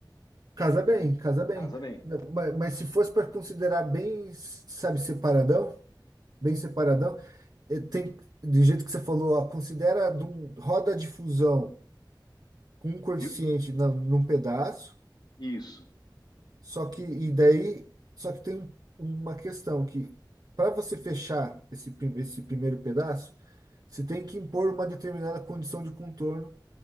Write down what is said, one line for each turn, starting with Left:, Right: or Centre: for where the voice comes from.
Right: casa bem, casa bem.
Left: casa bem.
Right: Não, Mas, mas se fosse para considerar bem, sabe, separadão, bem separadão, eh, tem, do jeito que você falou, ó, considera de um- roda de fusão com um coeficiente
Left: Viu?
Right: na, num pedaço,
Left: Isso.
Right: Só que, e daí, só que tem um- uma questão que, para você fechar esse, prim- esse primeiro pedaço, você tem que impor uma determinada condição de contorno